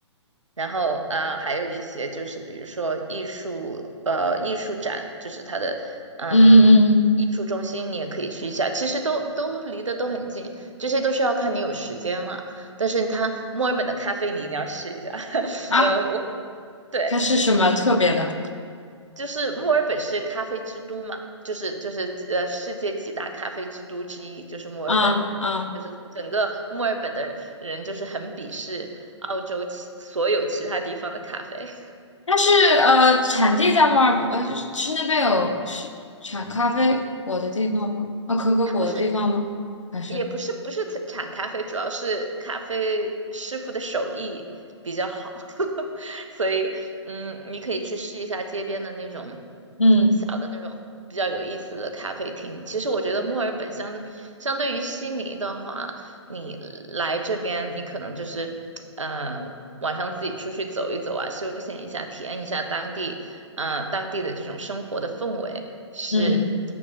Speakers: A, on the right; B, on the left.
A: 然后啊呃还有一些就是比如说艺术，呃，艺术展，就是它的嗯艺术中心，
B: 嗯嗯
A: 你也可以去一下。其实都都离得都很近，这些都是要看你有时间了。但是它墨尔本的咖啡你一定要试一下。
B: 啊，
A: <laughs> 嗯，我对，
B: 它是什么特别的？
A: 就是墨尔本是咖啡之都嘛，就是就是呃世界几大咖啡之都之一，就是墨尔本。
B: 啊啊，
A: 就是整个墨尔本的人，就是很鄙视澳洲其所有其他地方的咖啡。
B: 它是呃产地在墨尔本，呃就是是那边有是产咖啡果的地方吗？啊，可可果的地方吗？
A: 它不是，
B: 还是
A: 也不是，不是产咖啡，主要是咖啡师傅的手艺比较好，<laughs> 所以，嗯，你可以去试一下街边的那种
B: 嗯
A: 小的那种比较有意思的咖啡厅。其实我觉得墨尔本相相对于悉尼的话，你来这边，你可能就是，呃，晚上自己出去走一走啊，休闲一下，体验一下当地，呃，当地的这种生活的氛围。是
B: 嗯